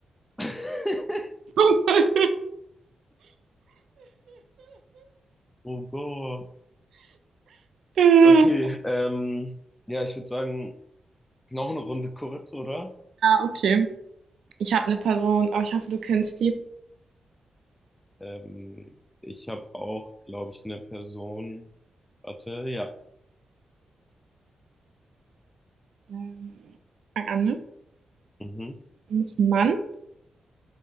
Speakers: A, on the left; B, on the right.
A: <laughs>
B: <laughs>
A: Oh Gott.
B: ja,
A: Okay, ähm, ja, ich würde sagen, noch eine Runde kurz, oder?
B: okay. Ich habe eine Person, aber ich hoffe, du kennst die.
A: Ähm, ich habe auch, glaube ich, eine Person. Warte, ja.
B: Ähm, Fang an, ne?
A: Mhm.
B: Ist ein Mann,